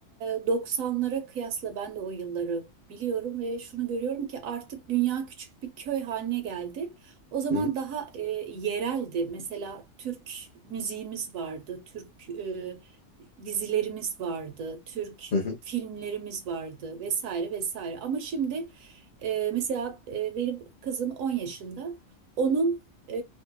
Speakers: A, on the right; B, on the left.
A: e, 90'lara kıyasla ben de o yılları biliyorum ve şunu görüyorum ki artık dünya küçük bir köy haline geldi. O zaman
B: hı hı,
A: daha e, yereldi. Mesela Türk müziğimiz vardı, Türk e, dizilerimiz vardı, Türk
B: hı hı,
A: filmlerimiz vardı vesaire vesaire. Ama şimdi e, mesela e, benim kızım 10 yaşında. Onun e,